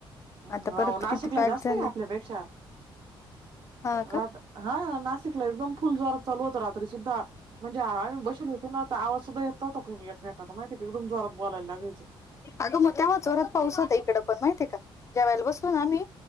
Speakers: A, on the right (about 65°); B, on the left (about 35°).
A: हम्
B: आता
A: हो
B: परत
A: नाशिकला
B: किती पॅक
A: जास्त
B: झाले
A: आहे आपल्यापेक्षा.
B: हा का
A: रात हा नाशिकला एकदम फुल जोरात चालू होता रात्री सुद्धा. म्हणजे आम्ही बशीलो होतो ना आवाज सुद्धा येत नव्हता का कोणी एकमेकांच माहिती का एकदम जोरात बोलायला लागयचं.
B: अगं मग तेव्हा जोरात पाऊस होता इकडं पण माहितीय का? ज्या वेळेला बसलो ना आम्ही.